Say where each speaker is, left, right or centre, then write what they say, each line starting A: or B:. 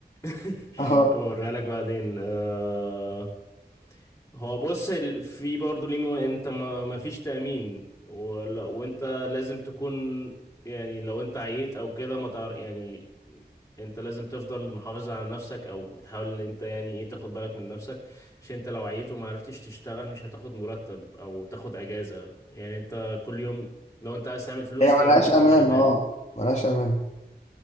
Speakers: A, on the left; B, on the left.
A: <laughs>
B: <laughs>
A: هبقى اوريها لك بعدين آه... هو بص ال- في برضه ليه مو- انت ما ما فيش تأمين ولا وانت لازم تكون يعني لو انت عييت او كده ما تعرف يعني انت لازم تفضل محافظ على نفسك او تحاول ان انت يعني ايه تاخد بالك من نفسك عشان انت لو عييت وما عرفتش تشتغل مش هتاخد مرتب او تاخد اجازة يعني انت كل يوم لو انت عايز تعمل فلوس
B: هي ملهاش
A: لازم تفضل
B: امان
A: شغال
B: اه ملهاش امان